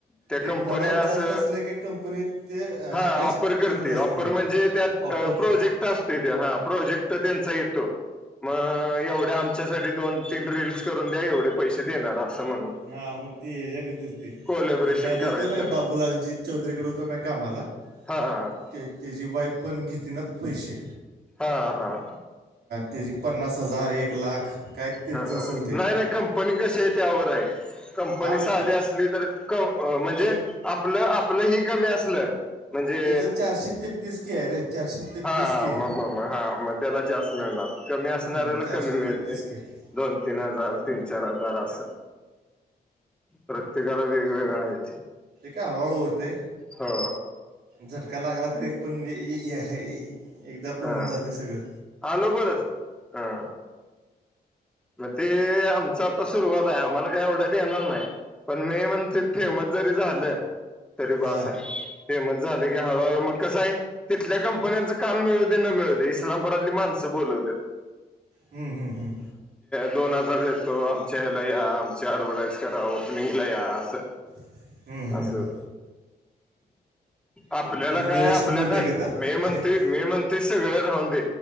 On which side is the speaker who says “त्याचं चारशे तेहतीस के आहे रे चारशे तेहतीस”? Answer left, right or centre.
Right